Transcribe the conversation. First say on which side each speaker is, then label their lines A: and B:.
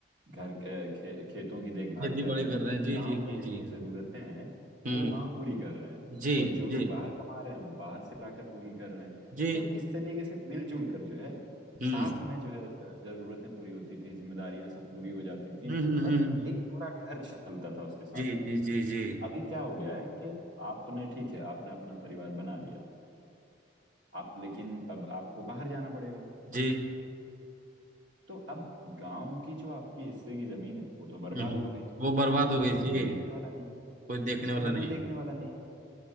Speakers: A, on the right; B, on the right.
A: घर के- खे, खेतों की देखभाल
B: खेती
A: कर
B: बाड़ी
A: रहे
B: कर
A: हैं
B: रहे
A: यानी
B: हैं जी
A: गांव
B: जी जी
A: में जितनी
B: जी
A: जरूरतें हैं
B: हम्म
A: वो वहां पूरी कर रहे हैं
B: जी
A: और जो लोग
B: जी
A: बाहर कमा रहे हैं वो बाहर से लाकर पूरी कर रहे हैं
B: जी
A: तो इस तरीके से मिलजुल कर जो है साथ
B: हम्म हम्म
A: में जो है अ, जरूरतें पूरी होती थी जिम्मेदारियां सब पूरी हो जाती थी
B: हम्म हम्म,
A: और
B: हम्म,
A: एक पूरा घर चलता था उसके साथ
B: जी
A: ही
B: जी जी जी
A: अभी क्या हो गया है कि आपने ठीक है आपने अपना परिवार बना लिया आप लेकिन अब आपको बाहर जाना पड़ेगा
B: जी
A: तो अब गांव की जो आपकी हिस्से की जमीन है वो तो बर्बाद
B: हम्म हम्म,
A: हो गई
B: वो बर्बाद
A: उसका
B: हो गई
A: तो
B: जी
A: कोई देखने वाला नहीं
B: कोई देखने
A: उसका
B: वाला
A: तो
B: नहीं
A: कोई देखने
B: है
A: वाला नहीं है